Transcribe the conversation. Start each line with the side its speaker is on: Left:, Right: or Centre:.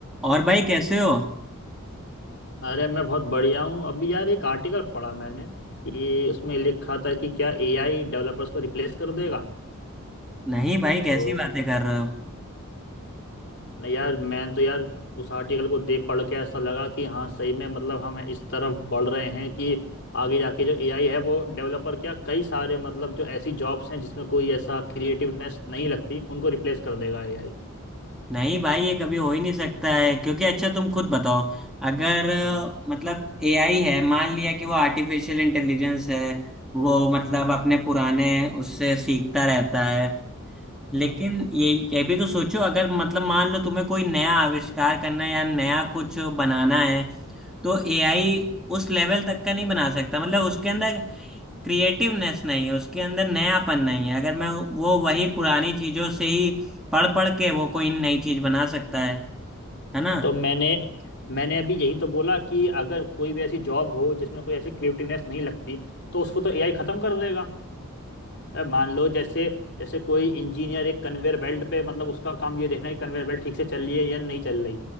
Centre: और
Left: अ-
Centre: भाई कैसे हो
Left: अरे मैं बहुत बढ़िया हूँ अभी यार एक आर्टिकल पढ़ा मैंने कि उसमें लिखा था कि क्या एआई डेवलपर्स को रिप्लेस कर देगा
Centre: नहीं भाई
Left: तो
Centre: कैसी बातें कर रहे हो
Left: नहीं यार मैं तो यार उस आर्टिकल को देख पढ़ के ऐसा लगा कि हाँ सही में मतलब हम इस तरफ बढ़ रहे हैं कि आगे जाके जो एआई है वो डेवलपर क्या कई सारे मतलब जो ऐसी जॉब्स हैं जिसमें कोई ऐसा क्रिएटिवनेस नहीं लगती उनको रिप्लेस कर देगा एआई
Centre: नहीं भाई ये कभी हो ही नहीं सकता है क्योंकि अच्छा तुम खुद बताओ अगर अ,
Left: हम्म
Centre: मतलब एआई है मान लिया कि वो आर्टिफिशियल इंटेलिजेंस है वो मतलब
Left: हम्म
Centre: अपने पुराने उससे सीखता रहता है लेकिन
Left: हम्म,
Centre: ये ये भी तो सोचो अगर मतलब मान लो तुम्हें कोई नया आविष्कार करना है या नया कुछ बनाना है तो एआई उस लेवल तक का नहीं बना सकता मतलब उसके अंदर क्रिएटिवनेस नहीं है उसके अंदर नयापन
Left: हम्म।
Centre: नहीं है अगर मैं वो वही पुरानी चीजों से ही पढ़ पढ़ के वो कोई नई चीज बना सकता है है ना
Left: तो मैंने मैंने अभी यही तो बोला कि अगर कोई भी ऐसी जॉब हो जिसमें कोई ऐसी क्रिएटिवनेस नहीं लगती तो उसको तो एआई खत्म कर देगा अरे मान लो जैसे जैसे कोई इंजीनियर एक कन्वेयर बेल्ट पे मतलब उसका काम ये देखना है कि कन्वेयर बेल्ट ठीक से चल रही है या नहीं चल रही